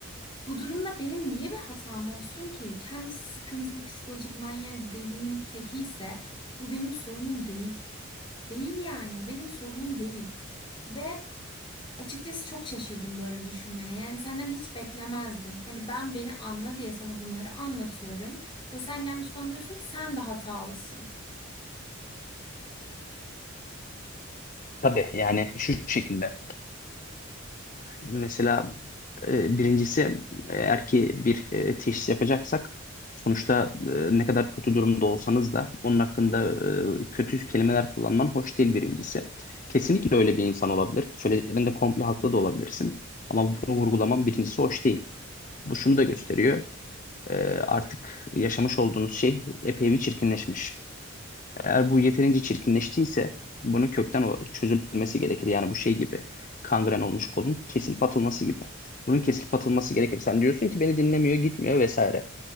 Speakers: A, on the left (about 25°); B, on the left (about 40°).
A: bu durumda benim niye bir hatam olsun ki? Kendisi sıkıntılı psikolojik manyak delinin teki ise bu benim sorunum değil. Değil yani benim sorunum değil. Ve açıkçası çok şaşırdım böyle düşünmene. Yani senden hiç beklemezdim. Hani ben beni anla diye sana bunları anlatıyorum. Ve sen gelmiş bana diyorsun ki sen de hatalısın.
B: Tabii yani şu şekilde. Mesela e, birincisi eğer ki bir e, teşhis yapacaksak sonuçta e, ne kadar kötü durumda olsanız da onun hakkında e, kötü kelimeler kullanman hoş değil birincisi. Kesinlikle öyle bir insan olabilir. Söylediklerinde komple haklı da olabilirsin. Ama bunu vurgulaman birincisi hoş değil. Bu şunu da gösteriyor. E, artık yaşamış olduğunuz şey epey bir çirkinleşmiş. Eğer bu yeterince çirkinleştiyse bunun kökten o- çözülmesi gerekir. Yani bu şey gibi kangren olmuş kolun kesilip atılması gibi. Bunun kesilip atılması gerekir. Sen diyorsun ki beni dinlemiyor, gitmiyor vesaire.